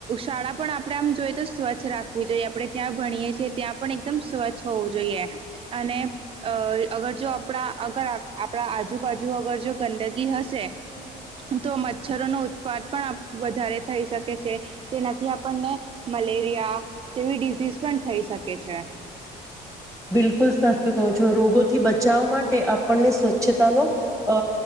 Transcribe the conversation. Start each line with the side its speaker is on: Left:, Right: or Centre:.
Right: શાળા પણ આપણેે આમ જોઈએ તો સ્વચ્છ રાખવી જોઈએ આપડણે જ્યાં ભણીએ ત્યાં પણ એકમ સ્વચ્છ હોવું જોઈએ અને અ અગર જો આપણા અગર આપણા આજુબાજુ અગર જો ગંદગી હશે તો મચ્છરો નો ઉત્પાદ પણ વધારે થઈ શકે છે જેનાથી આપણને મલેરિયા જેવી ડિઝિઝ પણ થઈ શકે છે
Centre: બિલકુલ સાચું કહો છો રોગોથી બચાવવા માટે આપણને સ્વચ્છતાનો અ